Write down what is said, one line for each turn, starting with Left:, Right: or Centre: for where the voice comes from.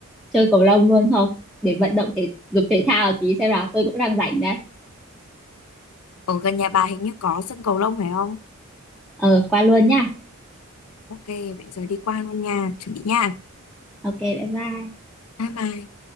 Centre: chơi cầu lông luôn không Để vận động thể dục thể thao tí xem nào Tôi cũng đang rảnh đấy
Left: Ở gần nhà bà hình như có sân cầu lông phải không?
Centre: Ờ qua luôn nhá
Left: Ok, vậy giờ đi qua luôn nha. Chuẩn bị nha.
Centre: Ok bye bye
Left: Bye bye.